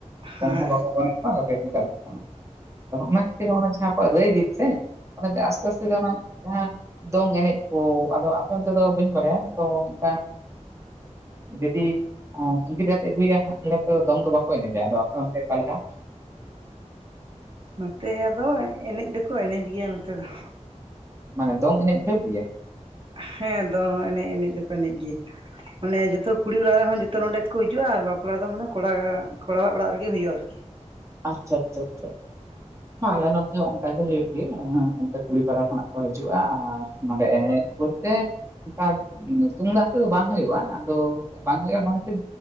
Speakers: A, on the right; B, on the right.
A: ᱠᱚ
B: ᱦᱮᱸ
A: ᱦᱚᱸ ᱵᱟᱠᱚ ᱵᱟᱲ ᱵᱟᱝᱭ <unintelligible> ᱪᱟᱞᱟᱜ ᱠᱟᱱᱟ ᱚᱱᱟ ᱠᱷᱟᱹᱛᱤᱨᱨᱮ ᱚᱱᱟ ᱡᱟᱦᱟᱸ ᱨᱟᱹᱭ ᱫᱤ ᱥᱮ ᱟᱥᱛᱮ ᱟᱥᱛᱮ ᱚᱱᱟ ᱡᱟᱦᱟᱸ ᱫᱚᱝ ᱮᱱᱮᱡ ᱠᱚ ᱟᱫᱚ ᱟᱯᱮ ᱚᱱᱛᱮ ᱫᱚ ᱵᱟᱹᱧ ᱵᱟᱲᱟᱭᱟ ᱛᱚ ᱚᱱᱠᱟ <inaudible> ᱡᱩᱫᱤ ᱟᱹᱜᱤᱨ ᱠᱟᱛᱮ ᱟᱹᱜᱩᱭᱟ ᱮᱱᱠᱷᱟᱱ ᱛ ᱫᱚᱝ ᱫᱚ ᱵᱟᱠᱚ <inaudible> ᱠᱚᱭ ᱡ ᱯᱟᱞᱠᱟ <unintelligible>
B: ᱱᱚᱛᱮ ᱟᱫᱚ ᱮᱱᱮᱡ ᱫᱚᱠᱚ ᱮᱱᱮᱡ ᱜᱮᱭᱟ ᱱᱚᱛᱮ ᱫᱚ <inaudible>
A: ᱢᱟᱱᱮ ᱫᱚᱝ ᱮᱱᱮᱡ ᱦᱩᱭᱩᱜ ᱜᱮᱭᱟ <inaudible>
B: ᱦᱮᱸ ᱫᱚᱝ ᱮᱱᱮᱡ ᱮᱱᱮᱡ ᱫᱚᱠᱚ ᱮᱱᱮᱡ ᱜᱮᱭᱟ ᱢᱟᱱᱮ ᱡᱚᱛᱚ ᱠᱩᱲᱤ ᱚᱲᱟᱜ ᱨᱮᱦᱚᱸᱚ <inaudible> ᱛᱚ ᱱᱚᱰᱮ ᱠᱚ ᱦᱤᱡᱩᱜᱼᱟ ᱟᱨ ᱵᱟᱯᱞᱟ ᱫᱚ ᱢᱟᱱᱮ ᱠᱚᱲᱟ ᱠᱚᱲᱟᱣᱟᱜ ᱚᱲᱟᱜ ᱨᱮᱜᱮ ᱦᱩᱭᱩᱜᱼᱟ ᱟᱨᱠᱤ <inaudible>
A: ᱟᱪᱪᱷᱟ ᱟᱪᱪᱷᱟ ᱟᱪᱪᱷᱟ ᱢᱞᱟ <unintelligible> ᱚᱱᱠᱟᱟᱜ ᱜᱮ ᱦᱩᱭᱩᱜ ᱜᱮᱭᱟ ᱚᱱᱛᱮ ᱠᱩᱲᱤ ᱯᱟᱲᱟ ᱠᱷᱚᱱᱟᱜ ᱠᱚ ᱦᱤᱡᱩᱜᱼᱟ ᱟᱨ ᱱᱚᱰᱮᱮᱡ ᱵᱚᱞᱛᱮ <unintelligible> ᱚᱱᱠᱟ ᱛᱩᱢᱫᱟᱜ ᱛᱮᱫᱚ ᱵᱟᱝ ᱦᱩᱭᱩᱜᱼᱟ ᱟᱫᱚ ᱵᱟᱝ ᱦᱩᱭᱩᱜᱼᱟ ᱱᱚᱣᱟ ᱠᱷᱛᱤᱨ